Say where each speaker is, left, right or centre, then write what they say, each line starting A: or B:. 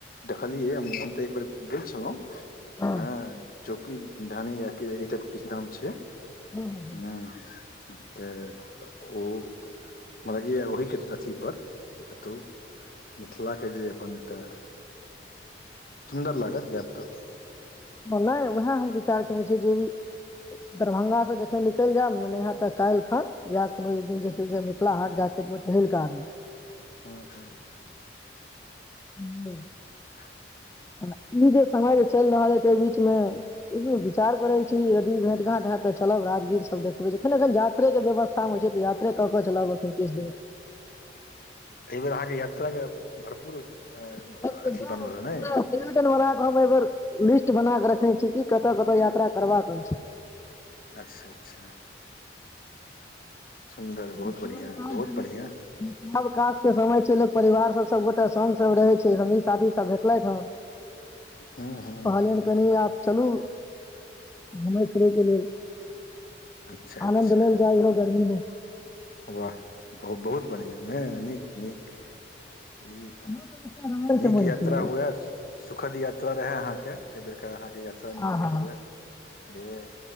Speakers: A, on the left; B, on the left.
A: देखलियै हम तऽ एक बेर गेल छलहुँ
B: हँ
A: हाँ चौकी धानी या ई सब किछ नाम छै
B: हँ
A: हू तऽ ओ म लाग य ओहि के अथि पर तऽ मिथिलाके जे अपन एकटा सुन्दर लागत जायब तऽ
B: नहिएह विचार केने छै जे इ दरभंगा से जखन निकलि जायब ने नह तऽ काल्हि खन या कोनो दिन जे छै से मिथिला हाट जा एक बेर टहल कार
A: हू ह
B: ह <inaudible>
A: ह <inaudible>
B: ई जे समय जे चलि रहल ह तै बीचमे एकबेर विचार करै छी यदि भेट घाँट हय तऽ चलब राजगीर सब देखबै छैख एखन यात्रे के व्यवस्था मे होइ छै तऽ यात्रे कऽ के चलब एखन किछु दिन मे
A: एहि बेेर अहाँके यात्राके भरपूर
B: पूरा
A: अथी बनल हँ ने
B: प्रयोजनरा <inaudible> हम एहि बेर लिस्ट बना क रखने छी कि कतऽ कतऽ यात्रा करबा छै
A: अच्छा अच्छा सुन्दर बहुत
B: विश
A: बढ़िआँ
B: कह
A: बहुत
B: जे
A: बढ़िआँ
B: विश <inaudible> आकाश के समय छै लोक परिवार सब सबगोटा स सब रहै छै हमी साथी सब भेटलेहं
A: हूँ हूँ
B: कहलियनि कनि आप चलू घुमय फिरैके लेल
A: अच्छा अच्छा
B: आनन्द लेल जाइ हो गर्मी मे
A: वाह ब बहुत बढ़िआ नहि नहि नहि नीक नीक ई
B: इहो सब एकटा रोमांचमय
A: नीक यात्रा
B: छै
A: हुए सुखद यात्रा यात्रा रहै अहाँके एहिबरके अहाँके यात्रा नीक
B: आहा
A: हुए बुझलियै